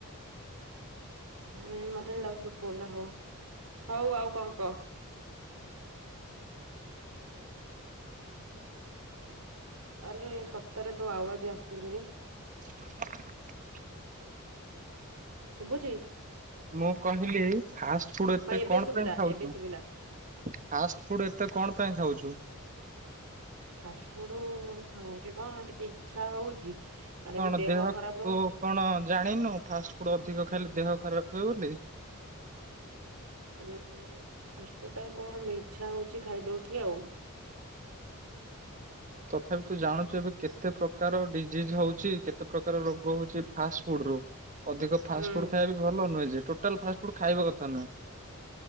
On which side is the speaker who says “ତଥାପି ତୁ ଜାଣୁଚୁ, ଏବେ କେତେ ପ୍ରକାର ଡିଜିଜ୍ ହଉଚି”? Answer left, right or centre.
Right